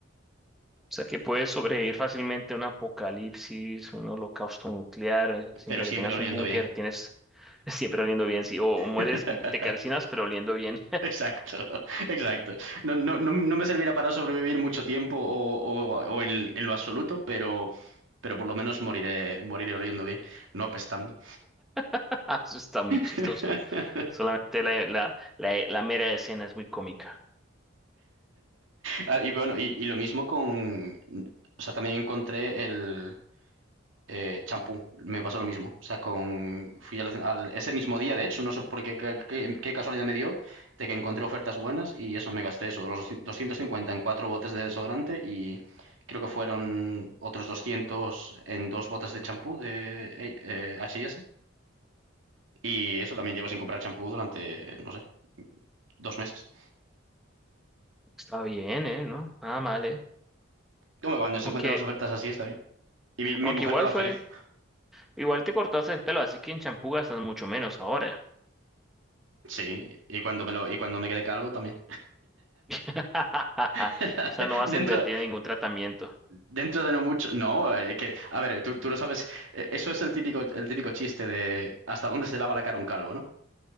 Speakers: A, in the centre; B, on the right.
A: O sea, que puedes sobrevivir fácilmente a un apocalipsis, un holocausto nuclear. eh, Siempre
B: pero siempre
A: que tengas
B: oliendo
A: un búnker,
B: bien.
A: tienes <laughs> siempre oliendo bien. Sí, o, o mueres,
B: <laughs>
A: mm, te calcinas, pero oliendo bien.
B: Exacto, <laughs> exacto. No, no, no, no me servirá para sobrevivir mucho tiempo o, o- o en, en lo absoluto, pero, pero por lo menos moriré, moriré oliendo bien, no apestando.
A: <laughs> Eso está muy chistoso.
B: <laughs>
A: Solamente la, la, la, la mera escena es muy cómica.
B: Ah, y bueno, y, y lo mismo con, o sea, también encontré el, Eh, champú, me pasó lo mismo. O sea, con, fui al, al- ese mismo día, de hecho, no sé por qué, qué, qué- qué casualidad me dio, de que encontré ofertas buenas y eso, me gasté eso, los 250 en cuatro botes de desodorante y creo que fueron otros 200 en dos botes de champú de eh, eh, H&S. Y eso también llevo sin comprar champú durante, no sé, dos meses.
A: Está bien, ¿eh? ¿No? Nada mal, ¿eh?
B: Como cuando se
A: Aunque,
B: encuentran las ofertas así, está bien. Y mi, mi
A: aunque
B: mujer
A: igual
B: toda
A: fue,
B: feliz.
A: igual te cortaste el pelo, así que en champú gastas mucho menos ahora.
B: Sí, y cuando me lo, y cuando me quedé calvo también.
A: <laughs>
B: <laughs>
A: O sea, no vas
B: Dentro.
A: a invertir en ningún tratamiento.
B: Dentro de no mucho, no, eh, que, a ver, tú, tú lo sabes, eh, eso es el típico, el típico chiste de hasta dónde se lava la cara un calvo, ¿no?